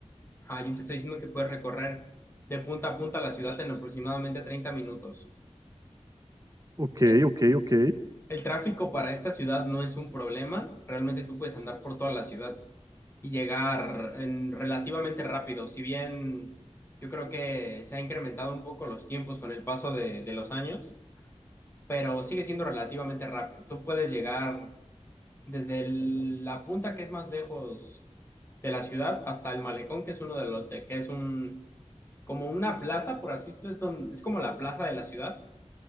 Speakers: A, on the left; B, on the right.
A: Ah, yo te estoy diciendo que puedes recorrer de punta a punta la ciudad en aproximadamente 30 minutos.
B: ok,
A: Eh,
B: ok, ok.
A: El tráfico para esta ciudad no es un problema. Realmente tú puedes andar por toda la ciudad y llegar en relativamente rápido. Si bien yo creo que se ha incrementado un poco los tiempos con el paso de, de los años, pero sigue siendo relativamente rápido. Tú puedes llegar desde el- la punta que es más lejos de la ciudad hasta el malecón, que es uno de los de- que es un como una plaza, por así decirlo, es, don- es como la plaza de la ciudad